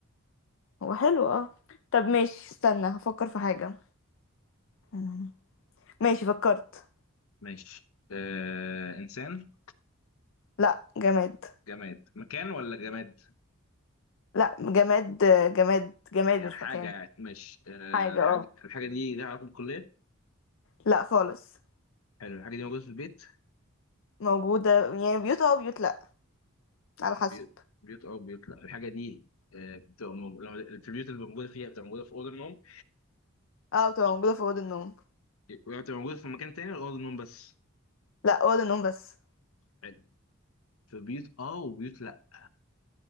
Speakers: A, on the left; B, on the left.
A: هو حلو اه طب ماشي استنى هفكر في حاجة مم. ماشي فكرت
B: ماشي آه، إنسان
A: لا جماد
B: جماد مكان ولا جماد
A: لا جماد آه، جماد جماد
B: يعني
A: مش
B: حاجة
A: مكان
B: يعني ماشي آه،
A: حاجة
B: الحاجة
A: اه
B: الحاجة دي ليها علاقة بالكلية
A: لا خالص
B: حلو الحاجة دي موجودة في البيت
A: موجودة يعني بيوت اه بيوت لا على حسب
B: بيوت بيوت أو بيوت لا الحاجة دي آه، بتبقى مو- لما- في البيوت اللي موجودة فيها بتبقى موجودة في أوضة النوم
A: اه بتبقى موجودة في أوضة النوم
B: بتبقى موجودة في مكان تاني ولا أوضة النوم بس
A: لا أوضة النوم بس
B: حلو في بيوت أه وبيوت لا